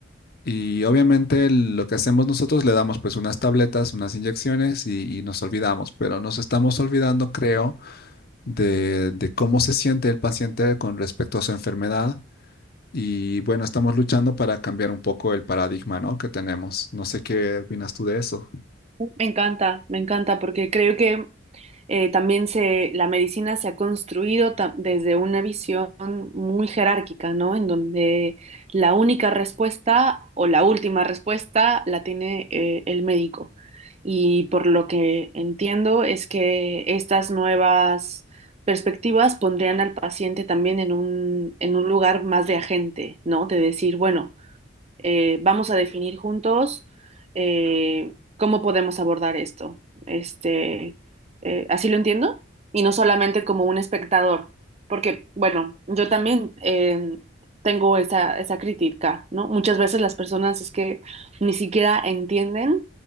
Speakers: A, on the left (about 55°); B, on the right (about 35°).
A: y obviamente lo que hacemos nosotros le damos pues unas tabletas, unas inyecciones y, y nos olvidamos, pero nos estamos olvidando, creo, de, de cómo se siente el paciente con respecto a su enfermedad. Y bueno, estamos luchando para cambiar un poco el paradigma, ¿no? que tenemos. No sé qué opinas tú de eso.
B: Me encanta, me encanta, porque creo que eh, también se, la medicina se ha construido ta- desde una visión muy jerárquica, ¿no? En donde la única respuesta o la última respuesta la tiene eh, el médico. Y por lo que entiendo es que estas nuevas perspectivas pondrían al paciente también en un, en un lugar más de agente, ¿no? De decir, bueno, eh, vamos a definir juntos eh, cómo podemos abordar esto. Este, eh, así lo entiendo, y no solamente como un espectador, porque, bueno, yo también eh, tengo esa, esa crítica, ¿no? Muchas veces las personas es que ni siquiera entienden